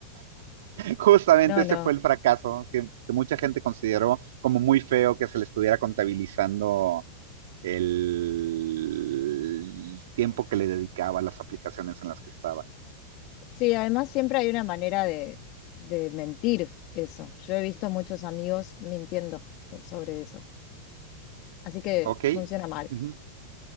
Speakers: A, on the right; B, on the left.
A: Justamente
B: No,
A: ese
B: no.
A: fue el fracaso que, que mucha gente consideró como muy feo que se le estuviera contabilizando el tiempo que le dedicaba a las aplicaciones en las que estaba.
B: Sí, además siempre hay una manera de, de mentir eso. Yo he visto muchos amigos mintiendo eh, sobre eso. Así que
A: Ok.
B: funciona mal,
A: ujú.